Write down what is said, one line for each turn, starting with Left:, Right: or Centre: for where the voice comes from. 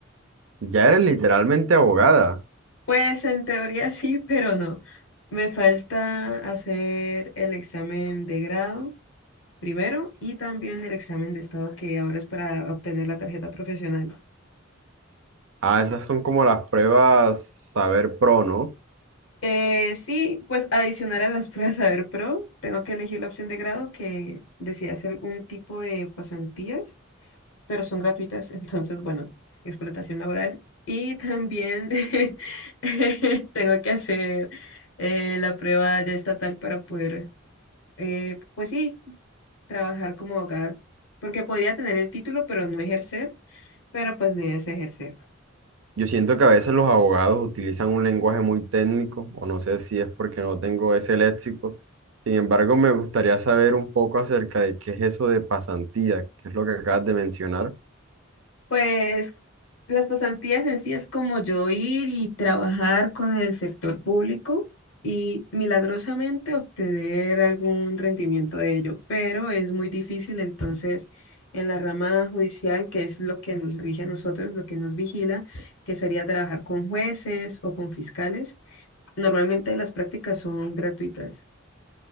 Right: Ya eres literalmente abogada.
Left: Pues en teoría <laughs> sí, pero no. Me falta hacer el examen de grado primero y también el examen de estado que ahora es para obtener la tarjeta profesional.
Right: Ah, esas son como las pruebas saber pro, ¿no?
Left: Eh, sí, pues adicional a las <laughs> pruebas Saber Pro, tengo que elegir la opción de grado que decía hacer un tipo de pasantías, pero son gratuitas, <laughs> entonces, bueno, explotación laboral. Y también <laughs> tengo que hacer eh, la prueba ya estatal para poder, eh, pues sí, trabajar como abogada, porque podría tener el título, pero no ejercer, pero pues la idea es ejercer.
Right: Yo siento que a veces los abogados utilizan un lenguaje muy técnico, o no sé si es porque no tengo ese léxico. Sin embargo, me gustaría saber un poco acerca de qué es eso de pasantía, que es lo que acabas de mencionar.
Left: Pues las pasantías en sí es como yo ir y trabajar con el sector público y milagrosamente obtener algún rendimiento de ello, pero es muy difícil entonces en la rama judicial, que es lo que nos rige a nosotros, lo que nos vigila, que sería trabajar con jueces o con fiscales. Normalmente las prácticas son gratuitas.